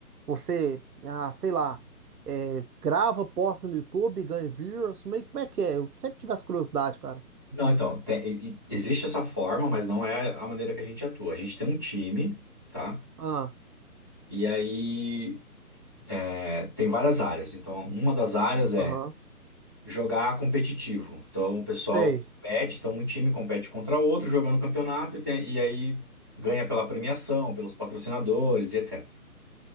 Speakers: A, on the right; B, on the left.
A: você, ah, sei lá, é, grava, posta no YouTube, ganha views, meio que como é que é? Eu sempre tive essa curiosidade, cara.
B: Não, então, tem- e- e- existe essa forma, mas não é a maneira que a gente atua. A gente tem um time, tá?
A: Ah,
B: E aí é, tem várias áreas. Então, uma das áreas é
A: aham,
B: jogar competitivo. Então, o pessoal
A: sei.
B: compete, então um time compete contra outro, jogando campeonato, e, tem- e aí ganha pela premiação, pelos patrocinadores e etc.